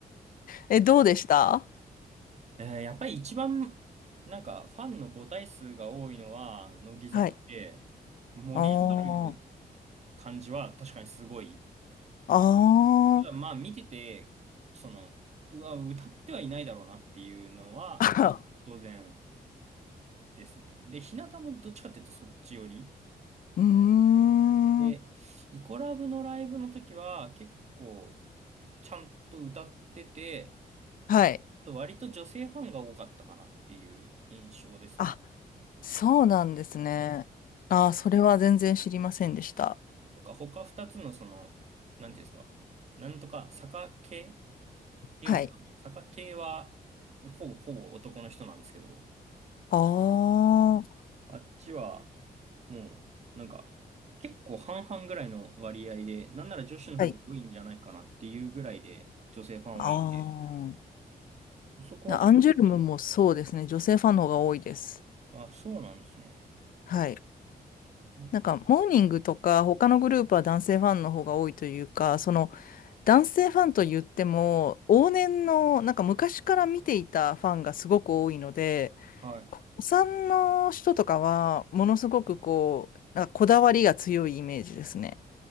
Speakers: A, on the left; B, on the right.
A: え、どうでした
B: えーやっぱり一番なんかファンの母体数が多いのは乃木坂で、
A: はい。
B: 盛り上がる
A: おー、
B: 感じは確かにすごい。
A: あー、
B: ただまあ見てて、その、うわ、歌ってはいないだろうなっていうのは
A: あ、
B: 当然ですね。で、日向もどっちかっていうとそっち寄り。
A: うーん。
B: で、イコラブのライブの時は結構ちゃんと歌ってて、
A: はい。
B: あと割と女性ファンが多かったかなっていう印象ですね。
A: あ、そうなんですね。
B: はい。
A: あー、それは全然知りませんでした。
B: なんか他二つのその、なんていうんですか、なんとか坂系っていうんですか、
A: はい。
B: 坂系はほぼほぼ男の人なんですけど、
A: あー、
B: あっちは、もう、なんか、結構半々ぐらいの割合で、なんなら女子の方が多いんじゃないかなっていうぐらいで、
A: はい。
B: 女性ファン多いんで、
A: あ
B: そこはちょっ
A: あアンジュルムもそうですね。女性ファンの方が多いです。
B: と、あ、そうなんですね。
A: はい。
B: ん
A: なんか、モーニングとか、他のグループは男性ファンの方が多いというか、その、男性ファンと言っても、往年の、なんか昔から見ていたファンがすごく多いので、
B: はい。
A: お産の人とかは、ものすごくこう、なんかこだわりが強いイメージですね。